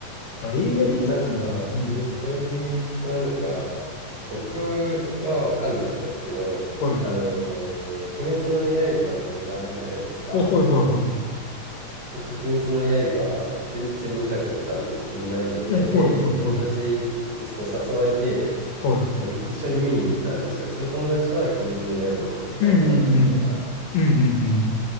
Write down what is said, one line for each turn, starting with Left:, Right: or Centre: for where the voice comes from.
Left: あ、映画いいっすね。
Right: えー、なんか、
Left: うん
Right: えー、それで言うとなんか、僕はわかんなかったですけど、
Left: はい。
Right: あのー鬼滅の刃の映画あるじゃないですか。
Left: あ、はいはいはい。
Right: 僕、鬼滅の刃、全然見たことがない状態で、
Left: うんはいはいはい。
Right: 友達にこう誘われて、
Left: はい。
Right: まあ一緒に見に行ったんですよ。その友達は鬼滅の刃の大ファンでみたいな。
Left: うんうんうん。うんうんうん。